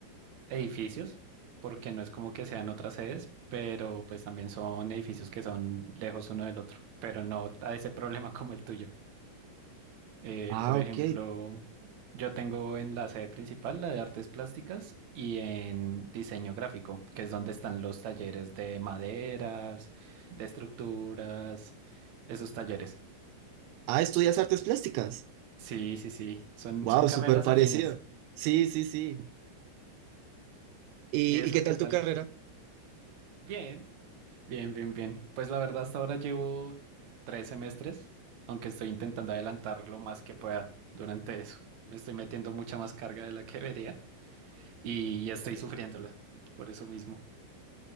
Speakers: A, on the right; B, on the right.
A: edificios, porque no es como que sean otras sedes, pero pues también son edificios que son lejos uno del otro, pero no a ese problema <laughs> como el tuyo. Eh,
B: Ah,
A: por ejemplo,
B: ok.
A: yo tengo en la sede principal la de artes plásticas y en diseño gráfico, que es donde están los talleres de maderas, de estructuras, esos talleres.
B: Ah, estudias artes plásticas.
A: Sí, sí, sí, son,
B: Wow,
A: son carreras
B: súper parecido.
A: afines.
B: Sí, sí, sí. ¿Y,
A: ¿Y eso
B: y qué
A: qué
B: tal
A: tal?
B: tu carrera?
A: Bien. Bien, bien, bien. Pues la verdad hasta ahora llevo tres semestres, aunque estoy intentando adelantar lo más que pueda durante eso. Me estoy metiendo mucha más carga de la que debería y, y estoy sufriéndola por eso mismo.